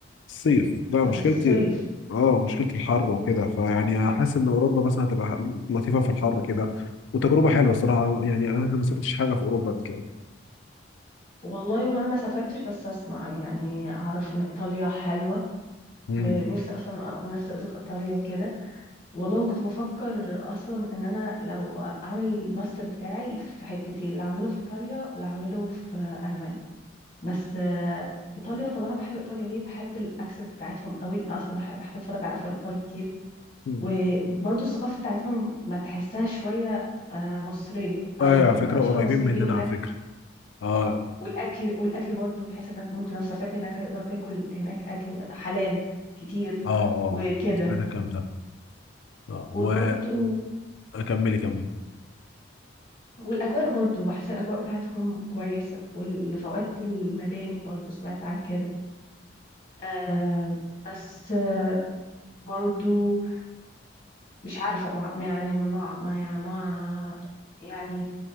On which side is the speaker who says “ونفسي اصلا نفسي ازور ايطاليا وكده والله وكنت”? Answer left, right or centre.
Left